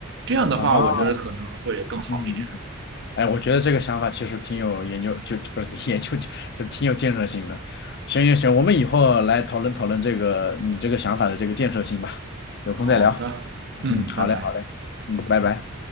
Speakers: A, on the right; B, on the left.
A: 这样的话，
B: 啊，
A: 我觉得可能会更好一点。
B: 嗯。哎，我觉得这个想法其实挺有研究，就不是 <laughs> 研究，就就挺有建设性的。行行行，我们以后来讨论讨论这个你这个想法的这个建设性吧，有空再聊。
A: 好的，嗯，
B: 嗯，好嘞好嘞，
A: 拜拜。
B: 嗯，拜拜。